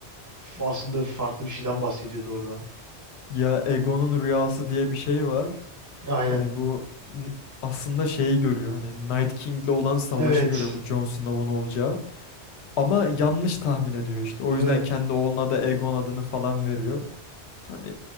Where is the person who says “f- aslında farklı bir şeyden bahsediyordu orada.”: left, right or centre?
Right